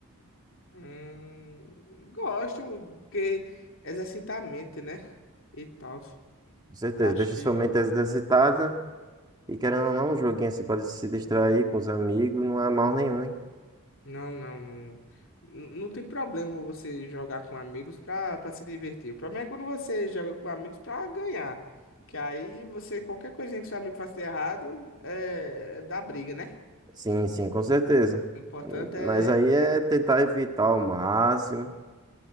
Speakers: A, on the left; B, on the right.
A: Hum, gosto, porque exercita a mente, né? E tal.
B: com certeza,
A: Acho
B: deixa
A: que
B: sua mente exercitada. E querendo ou não, um joguinho assim pode se distrair com os amigos, não é mal nenhum, né?
A: não, não, não. N- Não tem problema você jogar com amigos pra, pra se divertir. O problema é quando você joga com amigos pra ganhar. Que aí você, qualquer coisinha que seu amigo faça de errado, é, é dá briga, né?
B: Sim, sim, com certeza.
A: O importante
B: Mas
A: é.
B: aí é tentar evitar ao máximo,